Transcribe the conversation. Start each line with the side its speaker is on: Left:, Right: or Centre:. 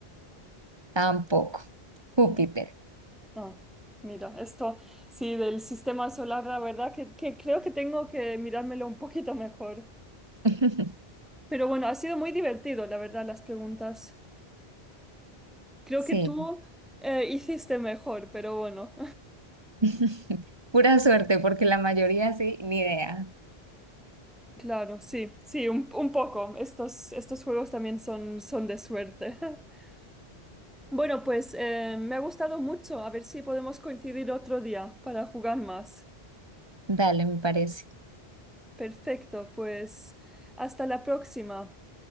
Right: Tampoco. Júpiter.
Centre: Mm, ah, mira, esto sí, del sistema solar, la verdad que, que creo que tengo que mirármelo un poquito mejor.
Right: <laughs>
Centre: Pero bueno, ha sido muy divertido, la verdad, las preguntas. Creo
Right: Sí.
Centre: que tú eh, hiciste mejor, pero bueno.
Right: <laughs> Pura suerte, porque la mayoría sí, ni idea.
Centre: Claro, sí, sí, un, un poco. Estos, estos juegos también son, son de suerte. <laughs> Bueno, pues eh, me ha gustado mucho. A ver si podemos coincidir otro día para jugar más.
Right: Dale, me parece.
Centre: Perfecto, pues hasta la próxima.